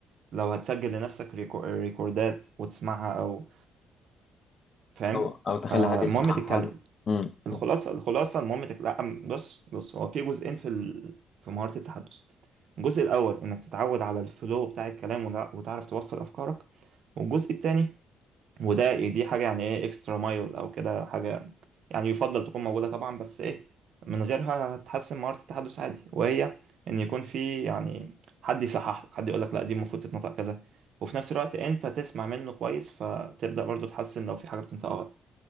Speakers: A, on the right; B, on the left.
A: لو هتسجل لنفسك ريكو... ريكوردات وتسمعها أو فاهم
B: او أو تخلي
A: آه
B: حد يصححها
A: المهم تتكلم
B: لنا امم
A: الخلاصه الخلاصه المهم تك... لا بص بص هو في جزئين في ال... في مهاره التحدث الجزء الاول انك تتعود على الفلو بتاع الكلام وتع- وتعرف توصل افكارك والجزء الثاني وده يعني دي حاجه يعني ايه اكسترا مايل او كده حاجه يعني يفضل تكون موجوده طبعا بس ايه من غيرها هتحسن مهاره التحدث عادي وهي ان يكون في يعني حد يصحح لك حد يقول لك لا دي المفروض تتنطق كذا وفي نفس الوقت انت تسمع منه كويس فتبدا برضو تحسن لو في حاجه بتنطقها غلط